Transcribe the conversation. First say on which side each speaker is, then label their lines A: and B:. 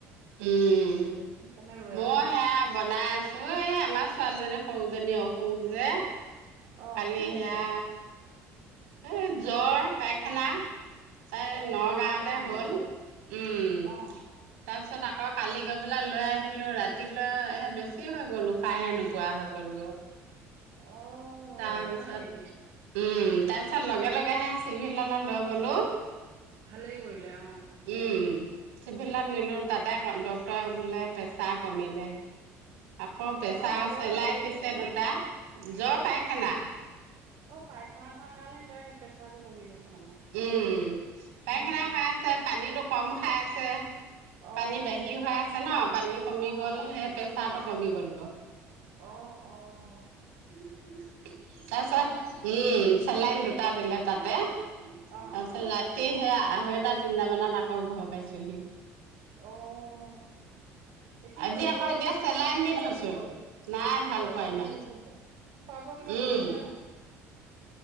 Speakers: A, on the right; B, on the right.
A: উম,
B: সেইকাৰণে ৰৈ
A: মই
B: আছো
A: সেয়া বনাই আছো। এই আমাৰ ছোৱালীজনী সৰুজনী অসুখ যে,
B: অ
A: কালি
B: কি হৈছে
A: সেয়া এ জ্বৰ পাইখানা। তাই
B: অ
A: নগাৱতে
B: হৈছেই মানুহৰ
A: হ'ল। উম,
B: অ
A: তাৰপিছ তাৰপিছত আকৌ কালি গৈ পেলা লৈ আহিলো। ৰাতিলৈ সে বেছি হৈ গ'ল। উশাহহে নোপোৱা হৈ গ'ল গৈ।
B: অ
A: তাৰ পিছত,
B: হয় নেকি
A: উম, তাৰপিছত লগে-লগেহে চিভিলল লৈ গলো।
B: ভালেই কৰিলে অ,
A: উম, চিভিলত নিলো তাতে ড্ক্তৰ বোলে প্ৰেছাৰ কমিলে। আকৌ পেছা
B: জ্বৰ
A: আছে
B: জ্বৰ
A: লাইন
B: আৰু কি
A: দিছে
B: হৈছে
A: দুটা। জ্বৰ, পাইখানা।
B: অ, পাইখানা খোৱাৰ কাৰণে তাই প্ৰেচাৰ টো কমি গৈছে। মানে
A: উম' পায়খানা
B: উম
A: হৈ আছে, পানীটো কম খাই আছে।
B: অ
A: পানী বাহিৰ হৈ আছে ন, পানী কমি
B: অ
A: গ'ল। সেই প্ৰেচাৰটো কমি গ'ল গৈ।
B: অহ - অহ।
A: <unintelligible> চেলাইন দুটা দিলে তাতে,
B: অ',
A: তাৰপিছত
B: অ',
A: ৰাতি সেইয়া আঢ়ৈটা তিনটাামানত আকৌ ঘৰ পাইছোহি
B: অ' এতিয়া
A: আজি
B: হেৰি
A: আকৌ
B: কৰকচোন
A: এতিয়া চেলাইন
B: তাইক
A: দি থৈছো, নাই ভাল
B: অৰে
A: পোৱা
B: চালান
A: ইমান।
B: দি থৈছে, খোৱা বোৱা কিবা
A: উম
B: কৰিছেনে নাই